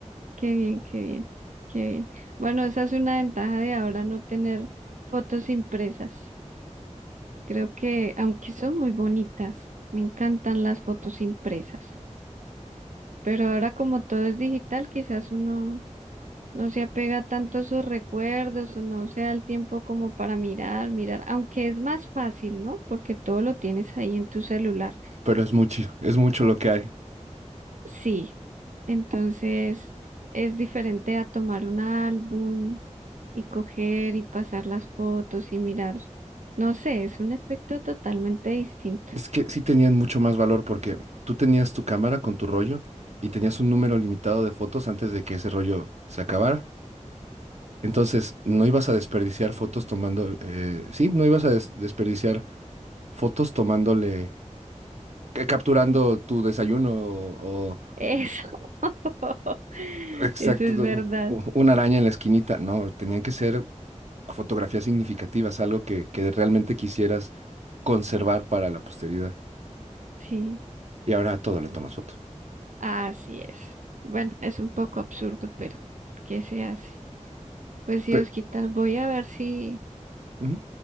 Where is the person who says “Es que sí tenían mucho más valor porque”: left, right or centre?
Right